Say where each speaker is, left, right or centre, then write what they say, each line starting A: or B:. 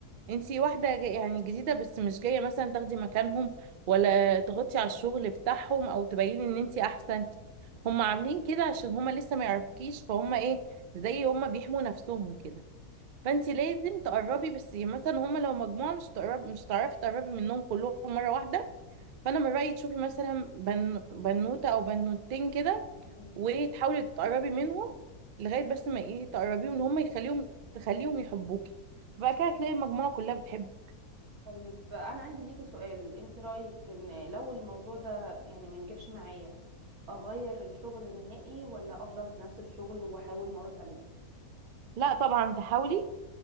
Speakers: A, on the right (about 85°); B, on the right (about 70°).
A: انتي واحده جاي يعني جديده بس مش جايه مثلا تاخدي مكانهم ولا تغطي على الشغل بتاعهم او تبيني ان انتي احسن هم عاملين كده عشان هم لسه ما يعرفكيش فهم ايه زي هم بيحموا نفسهم كده فانتي لازم تقربي بس يعني مثلا هم لو مجموعه مش تقرب مش هتعرفي تقربي منهم كلهم مره واحده فانا من رايي تشوفي مثلا بن... بنوته او بنوتين كده
B: مم.
A: وتحاولي تقربي منهم لغايه بس ما ايه تقربيهم ان هم يخليهم تخليهم يحبوكي بعد كده هتلاقي المجموعه كلها بتحبك
B: طيب انا عندي ليكي سؤال انت رايك ان لو الموضوع ده يعني ما نجحش معايا اغير الشغل نهائي ولا افضل في نفس الشغل واحاول مره تانية
A: لا طبعا تحاولي